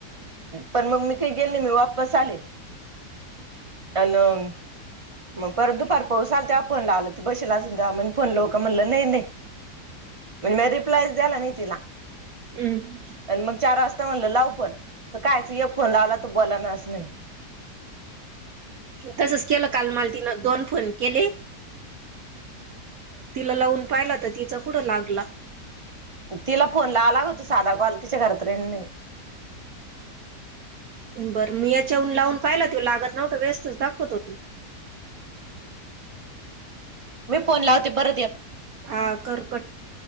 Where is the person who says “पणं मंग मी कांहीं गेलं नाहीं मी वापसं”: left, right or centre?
Right